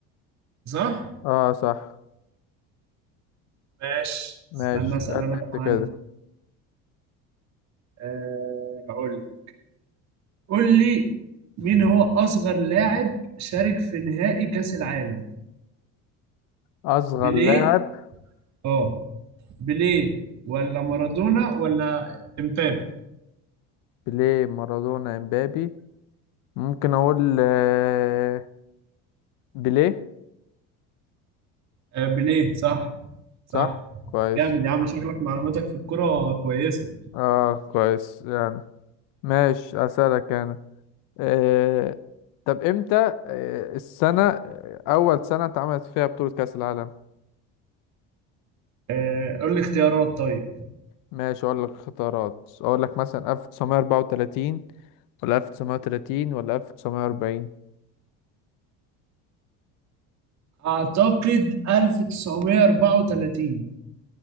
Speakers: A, on the right; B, on the left.
A: صح
B: اه صح
A: ماشي
B: ماشي
A: استنى
B: اسألني
A: اسأل انا بقى
B: أنت
A: عندي
B: كده
A: أه هقول لك قول لي مين هو اصغر لاعب شارك في نهائي كأس العالم
B: أصغر
A: بيليه
B: لاعب
A: اه بيليه ولا مارادونا ولا امبابي
B: بيليه مارادونا إمبابي ممكن أقول آه، بيليه
A: آه بيليه صح صح
B: صح كويس
A: جامد يا عم شكلك معلوماتك في الكرة كويسة
B: اه كويس يعني ماشي أسألك أنا آه، طب إمتى آه، السنة آه، أول سنة اتعملت فيها بطولة كأس العالم
A: آه قول لي اختيارات طيب
B: ماشي اقول لك اختيارات اقول لك مثلا 1934 ولا 1930 ولا 1940
A: اعتقد 1934